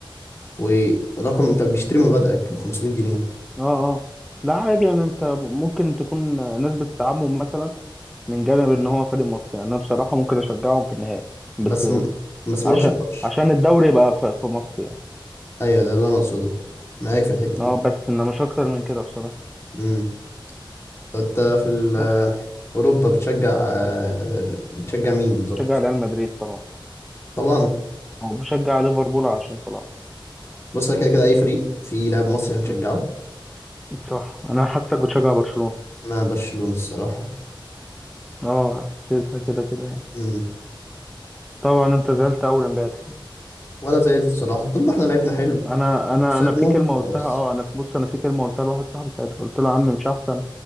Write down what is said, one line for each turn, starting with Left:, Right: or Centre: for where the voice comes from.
Left: ورقم انت بيشتري مبادئك ب 500 جنيه
Centre: أه أه لا عادي يعني أنت ممكن تكون ناس بتدعمهم مثلا من جانب إن هو فريق مصري يعني أنا بصراحة ممكن أشجعهم في النهائي بس
Left: بس م... بس
Centre: عشان
Left: ما راحش الماتش
Centre: عشان الدوري يبقى في في مصر يعني.
Left: ايوه ده اللي انا اقصده معاك في الحته
Centre: اه
Left: دي
Centre: بس انه مش اكتر من كده بصراحة
Left: امم طب انت في ال... آه،
Centre: بس
Left: اوروبا بتشجع آه، بتشجع مين بالظبط
Centre: بشجع ريال مدريد طبعا
Left: طبعا
Centre: او بشجع ليفربول عشان صلاح
Left: بص أنا كده كده اي فريق فيه لاعب مصري هنشجعه
Centre: م- صح انا حاسسك بتشجع برشلونة
Left: انا برشلونه الصراحه
Centre: اه حسيتها كده كده يعني
Left: امم
Centre: طبعا انت زعلت اول امبارح
Left: ولا زعلت الصراحه طول ما احنا لعبنا حلو
Centre: انا انا
Left: خسرنا
Centre: انا في كلمة
Left: خلاص
Centre: قلتها اه انا في بص انا في كلمة قلتها لواحد صاحبي ساعتها قلت له يا عم مش احسن